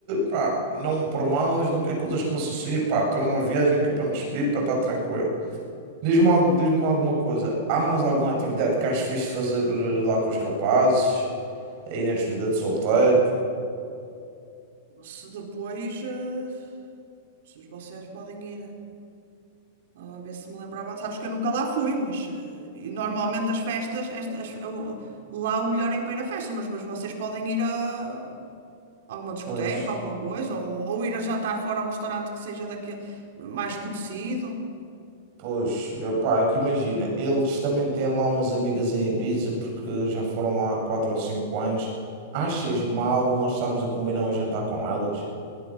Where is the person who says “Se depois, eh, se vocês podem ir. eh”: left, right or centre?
Right